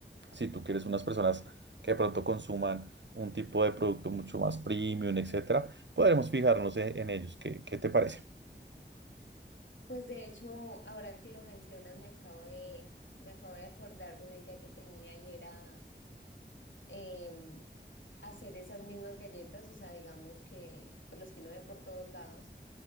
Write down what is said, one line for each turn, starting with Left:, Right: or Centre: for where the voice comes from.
Right: si tú quieres unas personas que de pronto consuman un tipo de producto mucho más premium, etcétera, podremos fijarnos e- en, ellos. ¿Qué, qué te parece?
Left: Pues de hecho, ahora que lo mencionas, me acabo de, me acabo de acordar de una idea que tenía y era em, hacer esas mismas galletas, o sea, digamos que, pues las que uno ve por todos lados,